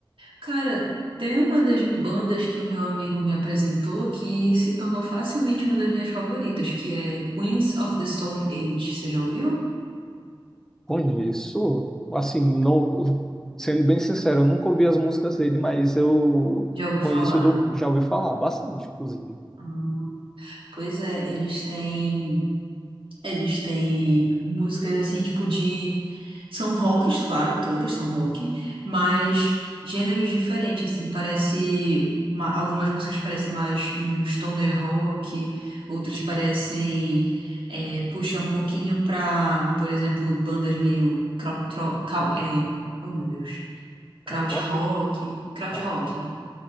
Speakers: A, on the right (about 80°); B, in the centre.
A: Cara, tem uma das bandas que o meu amigo me apresentou que se tornou facilmente uma das minhas favoritas, que é Queens of the Stone Age. Você já ouviu?
B: Conheço, assim, não, sendo bem sincero, eu nunca ouvi as músicas dele, mas eu
A: Já ouviu
B: conheço,
A: falar?
B: do, já ouvi falar bastante, inclusive.
A: Ah, pois é, eles têm Eles têm músicas assim, tipo de. São rocks, claro, todas são rock, mas gêneros diferentes, assim. Parece. uma- Algumas músicas parecem mais um stoner rock, outras parecem. É, puxar um pouquinho pra, por exemplo, bandas meio. Crau, tro- cal- é, oh, meu Deus. Kraut
B: Qual próprio?
A: rock. Kraut
B: Ah,
A: rock.